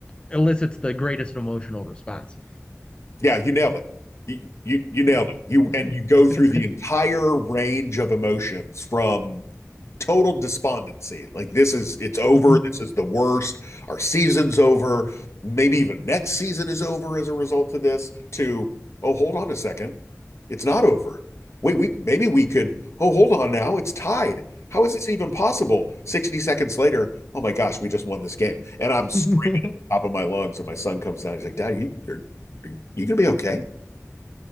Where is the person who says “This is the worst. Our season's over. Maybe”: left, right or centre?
Left